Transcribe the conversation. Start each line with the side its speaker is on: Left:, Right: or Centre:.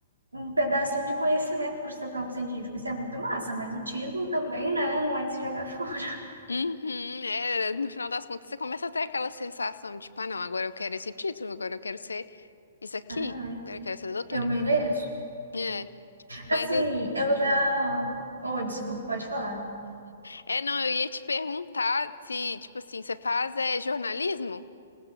Right: um pedacinho de conhecimento para o seu campo científico. Isso é muito massa, mas o título também, né? Não é de se jogar <laughs> fora.
Left: Uhum, é, no final das contas, você começa a ter aquela sensação de, tipo, ah, não, agora eu quero esse título, agora eu quero ser isso aqui,
Right: Ai,
Left: agora eu quero ser doutora.
Right: eu mereço.
Left: É, mas...
Right: Assim,
Left: eu-
Right: eu já.
Left: hum.
Right: Oh, desculpa, pode falar.
Left: É, não, eu ia te perguntar se, tipo assim, você faz é, jornalismo?